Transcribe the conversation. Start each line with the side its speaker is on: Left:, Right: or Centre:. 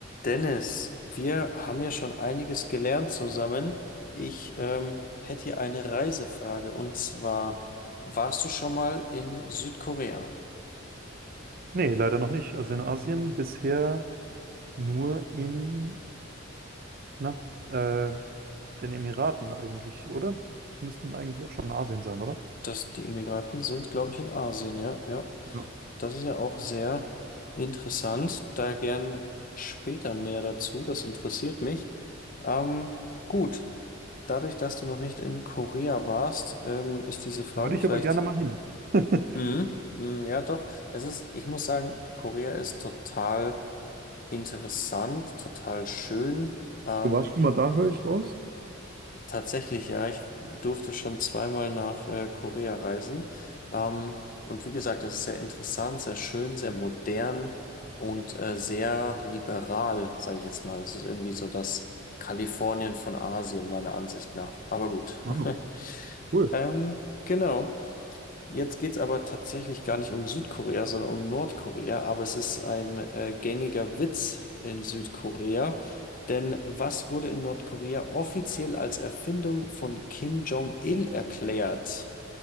Left: Dennis, wir haben ja schon einiges gelernt zusammen. Ich ähm, hätte hier eine Reisefrage und zwar, warst du schon mal in Südkorea?
Right: Nee, leider noch nicht. Also in Asien bisher nur in na, äh, den Emiraten eigentlich, oder? Die müssten eigentlich auch schon in Asien sein, oder?
Left: Das, die Emiraten sind, glaube ich, in Asien, ja, ja.
Right: Ja.
Left: Das ist ja auch sehr interessant. Da gern später mehr dazu. Das interessiert mich. Ähm, gut, dadurch, dass du noch nicht in Korea warst, ähm, ist diese Frage
Right: Würde ich
Left: vielleicht
Right: aber gerne mal hin. <laughs>
Left: Mhm. Mhm, Ja, doch. Es ist, ich muss sagen, Korea ist total interessant, total schön. Ähm,
Right: Du warst schon mal da, höre ich raus?
Left: tatsächlich, ja, ich durfte schon zweimal nach äh, Korea reisen. Ähm, und wie gesagt, es ist sehr interessant, sehr schön, sehr modern und äh, sehr liberal, sage ich jetzt mal. Es ist irgendwie so das Kalifornien von Asien, meiner Ansicht nach. Aber gut.
Right: Ah,
Left: <laughs>
Right: cool.
Left: Ähm, genau. Jetzt geht's aber tatsächlich gar nicht um Südkorea, sondern um Nordkorea. Aber es ist ein äh, gängiger Witz in Südkorea. Denn was wurde in Nordkorea offiziell als Erfindung von Kim Jong-il erklärt?